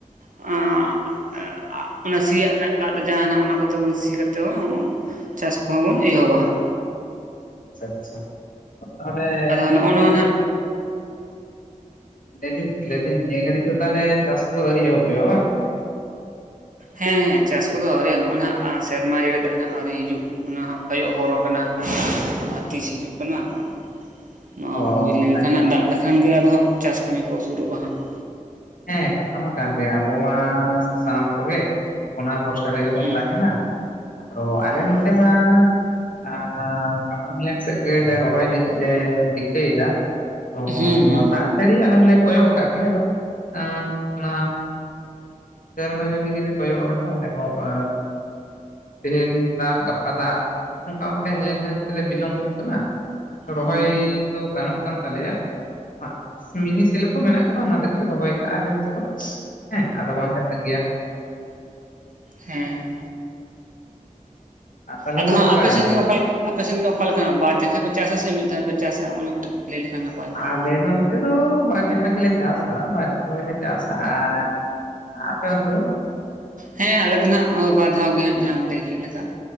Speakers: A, on the right; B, on the left.
A: ᱟᱸᱜ᱾ ᱮᱸᱜ ᱟᱜ ᱚᱱᱟ ᱥᱤᱭᱟᱜ ᱢᱮᱱᱟᱜ ᱟᱠᱟᱫ ᱫᱚ ᱡᱟᱦᱟᱸᱱᱟᱜ ᱚᱱᱟ ᱠᱚᱛᱮ ᱵᱚᱱ ᱥᱤ ᱠᱟᱛᱮ ᱵᱚ ᱩᱸᱻ <unintelligible> ᱪᱟᱥ ᱠᱚᱦᱚᱸ ᱵᱚᱱ ᱮᱦᱚᱵᱟ᱾
B: ᱟᱪᱪᱷᱟ ᱟᱪᱪᱷᱟ ᱛᱟᱦᱚᱞᱮ
A: ᱟᱫᱚ ᱱᱚᱜᱼᱚ
B: <unintelligible>
A: ᱱᱚᱣᱟ ᱱᱟᱜ
B: ᱞᱟᱹᱭ ᱫᱤᱧ ᱞᱟᱹᱭ ᱫᱤᱧ ᱱᱤᱭᱟᱹ ᱜᱷᱟᱹᱲᱤᱡ ᱫᱚ ᱛᱟᱦᱞᱮ ᱪᱟᱥ ᱠᱚ ᱫᱚ ᱟᱹᱣᱨᱤ ᱮᱦᱚᱵᱚᱜᱼᱟ ᱵᱟᱝ?
A: ᱦᱮᱸ ᱪᱟᱥ ᱠᱚᱫᱚ ᱟᱹᱣᱨᱤ ᱱᱚ-ᱱᱟ ᱦᱟᱸᱜ ᱥᱮᱨᱢᱟ ᱡᱟᱹᱲᱤ ᱫᱟᱜ ᱱᱟᱦᱟᱜ ᱟᱹᱣᱨᱤ ᱦᱤᱡᱩᱜ ᱚᱱᱟ ᱦᱚᱸ ᱠᱚᱭᱚᱜ ᱦᱚᱨ ᱠᱟᱱᱟ ᱚᱱᱟ ᱛᱤᱥ ᱦᱤᱡᱩᱜ ᱠᱟᱱᱟ ᱾ ᱱᱚᱣᱟ
B: ᱚ
A: ᱦᱩᱭ ᱞᱮᱱ
B: ᱦᱮᱸᱛᱚ
A: ᱠᱷᱟᱱ ᱦᱟᱸᱜ ᱫᱟᱜ ᱞᱮᱠᱷᱟᱱ ᱜᱮ ᱟᱫᱚ ᱦᱟᱸᱜ ᱪᱟᱥ ᱠᱟᱹᱢᱤ ᱠᱚ ᱥᱩᱨᱩᱜᱼᱟ ᱦᱟᱸᱜ ᱾
B: ᱦᱮᱸ ᱠᱟᱛᱷᱟ ᱢᱟ ᱠᱟᱱ ᱜᱮᱭᱟ ᱟᱵᱚ ᱢᱟ ᱥᱟᱱᱟᱢ ᱠᱚ ᱜᱮ ᱚᱱᱟ ᱵᱷᱚᱨᱥᱟ ᱨᱮᱜᱮ ᱵᱚᱱ
A: ᱦᱩᱸ
B: ᱛᱟᱦᱮᱱᱟ ᱟᱫᱚ ᱟᱞᱮ
A: ᱦᱳᱭ
B: ᱱᱚᱱ ᱛᱮ ᱢᱟ ᱟᱨ ᱜᱟᱯᱟ ᱢᱮᱭᱟᱝ ᱥᱮᱫ ᱜᱮ ᱞᱮ ᱨᱚᱦᱚᱭ ᱞᱟᱹᱜᱤᱫ ᱞᱮ ᱨᱤᱠᱟᱹᱭ ᱫᱟ, ᱚ
A: ᱦᱩᱸ ᱦᱩᱸ
B: ᱫᱟᱜ ᱡᱟᱹᱲᱤ ᱟᱞᱮ ᱦᱚᱸ ᱞᱮ ᱠᱚᱭᱚᱜ ᱟᱠᱟᱫ ᱜᱮᱭᱟ ᱟᱫᱚ ᱮ ᱚᱱᱟ ᱥᱮᱨᱢᱟ ᱡᱟᱹᱲᱤ ᱜᱮᱞᱮ ᱠᱚᱭᱚᱜ ᱟᱠᱟᱫᱟ ᱟᱞᱮ ᱦᱚᱸ, ᱛᱮᱦᱮᱧ ᱫᱟᱜ ᱜᱟᱯᱟ ᱫᱟᱜ ᱚᱱᱠᱟ ᱚᱱᱠᱟ ᱧᱮᱞ ᱧᱮᱞ ᱛᱮᱞᱮ ᱵᱤᱞᱚᱢ ᱢᱚᱜ ᱠᱟᱱᱟ ᱾ ᱨᱚᱦᱚᱭ
A: ᱦᱩᱸ
B: ᱫᱚ ᱜᱟᱱᱚᱜ ᱠᱟᱱ ᱛᱟᱞᱮᱭᱟ ᱦᱟᱸᱜ ᱢᱤᱱᱤ ᱥᱮᱞᱳ ᱠᱚ ᱢᱮᱱᱟᱜ ᱠᱟᱫᱟ ᱾ ᱨᱚᱦᱚᱭ ᱠᱟᱜᱼᱟ ᱟᱞᱮ ᱚᱱᱛᱮ ᱫᱚ ᱦᱮᱸ ᱟᱫᱚ ᱵᱟᱝ ᱞᱮ ᱛᱟᱸᱜᱤ ᱭᱟ ᱿
A: ᱦᱮᱸ
B: ᱟᱨ ᱛᱟᱦᱚᱞᱮ ᱱᱤᱛᱚᱜ
A: ᱟᱫᱚ ᱦᱟᱸᱜ
B: ᱚᱠᱟᱨᱮ
A: ᱟᱯᱮ ᱥᱮᱫ
B: ᱟᱢ
A: ᱫᱚ ᱚᱠᱟ ᱞᱮᱠᱟ? ᱟᱯᱮ ᱥᱮᱱ ᱫᱚ ᱚᱠᱟ ᱞᱮᱠᱟ ᱱᱟᱜ ᱵᱟᱨ ᱡᱟᱠᱷᱷᱟᱡ ᱯᱮ ᱪᱟᱥ ᱟᱥᱮ ᱢᱤᱫ ᱫᱷᱟᱣ ᱯᱮ ᱪᱟᱥᱼᱟ ᱚᱱᱟ ᱠᱟᱹᱴᱤᱡ ᱞᱟᱹᱭ ᱞᱮᱠᱷᱟᱱ ᱱᱟᱯᱟᱭ
B: <inaudible>
A: ᱠᱚᱜᱼᱟ
B: ᱟᱞᱮ ᱫᱚ ᱵᱟᱨ ᱡᱚᱠᱷᱟ ᱜᱮᱞᱮ ᱪᱟᱥᱼᱟ ᱵᱟᱨ ᱡᱚᱠᱷᱟ ᱜᱮᱞᱮ ᱪᱟᱥᱼᱟ, ᱟᱨ ᱟᱯᱮ ᱚᱱᱛᱮ ᱫᱚ?
A: ᱦᱮᱸ ᱟᱞᱮ ᱫᱚ ᱱᱟᱦᱟᱜ ᱵᱟᱨ ᱫᱷᱟᱣ ᱜᱮ ᱦᱟᱸᱜ ᱡᱟᱦᱟᱸᱢ ᱞᱟᱹᱭ ᱠᱮᱫ ᱞᱮᱠᱟ ᱾